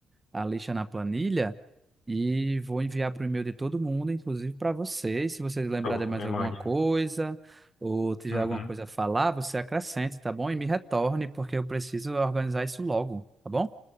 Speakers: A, on the right; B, on the left.
A: a lista na planilha. E vou enviar para o e-mail de todo mundo, inclusive para vocês. Se vocês lembrarem
B: Show,
A: de mais
B: me
A: alguma
B: mande.
A: coisa ou tiver
B: Uhum.
A: alguma coisa a falar, você acrescente, tá bom? E me retorne, porque eu preciso organizar isso logo, tá bom?